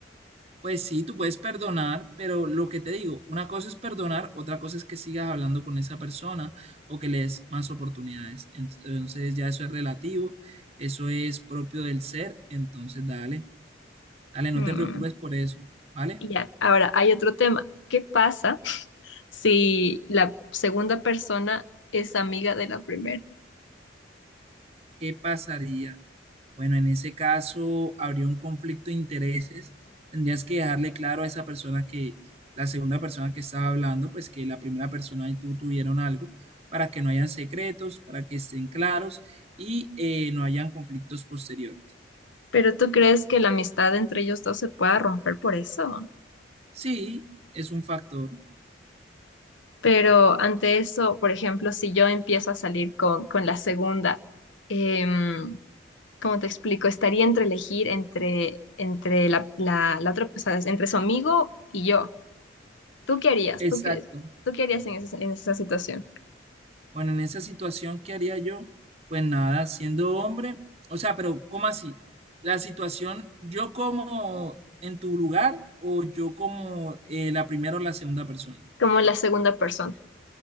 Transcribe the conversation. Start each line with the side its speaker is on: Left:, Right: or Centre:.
Right: Pues sí, tú puedes perdonar, pero lo que te digo, una cosa es perdonar, otra cosa es que sigas hablando con esa persona o que le des más oportunidades. Entonces ya eso es relativo, eso es propio del ser, entonces dale, dale, no
Left: Mm,
Right: te preocupes por eso, ¿vale?
Left: y ya, ahora hay otro tema. ¿Qué pasa <laughs> si la segunda persona es amiga de la primera?
Right: ¿Qué pasaría? Bueno, en ese caso habría un conflicto de intereses. Tendrías que dejarle claro a esa persona que la segunda persona que estaba hablando, pues que la primera persona y tú tuvieron algo para que no hayan secretos, para que estén claros y eh, no hayan conflictos posteriores.
Left: Pero tú crees que la amistad entre ellos dos se pueda romper por eso?
Right: Sí, es un factor.
Left: Pero ante eso, por ejemplo, si yo empiezo a salir con, con la segunda, em, ¿Cómo te explico? Estaría entre elegir entre, entre la, la, la otra, o sea, entre su amigo y yo. ¿Tú qué harías?
Right: Exacto.
Left: ¿Tú qué, tú qué harías en esa, en esa situación?
Right: Bueno, en esa situación, ¿qué haría yo? Pues nada, siendo hombre, o sea, pero ¿cómo así? La situación, ¿yo como en tu lugar o yo como eh, la primera o la segunda persona?
Left: Como la segunda persona.